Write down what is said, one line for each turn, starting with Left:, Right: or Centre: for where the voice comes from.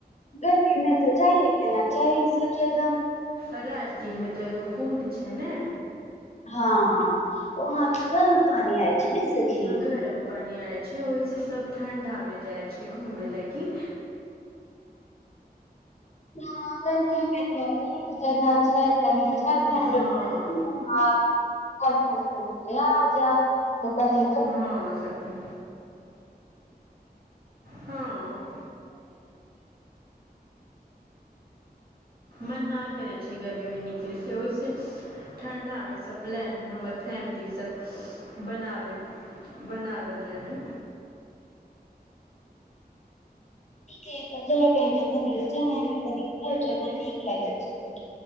Left: गर्मी मे तऽ जायये के ना चाही। सब जगह
Right: अ राजगीर मे तऽ एगो कुण्ड छै नै।
Left: हाँ उहाँ तो गरम पानी हय। छै नै सखी।
Right: गरम पानी आय छै ओहि से सब ठंडा मे जाय छै घूमै लगी।
Left: इहाँ गरमी मे तऽ अनेक जगह छै। तनी झारखण्ड
Right: हँ
Left: <unintelligible> आ जा। त कहली
Right: हँ सखी हँ मन ना करै छै गर्मीमे निकलै के, ओय से ठंढा मे सब प्लान हमर फैमिली सब बनावे बनावल रहै।
Left: ठीके तऽ जाड़ा टाइम मे तनी जाय मे तनी सब जगह नीक लागे छै।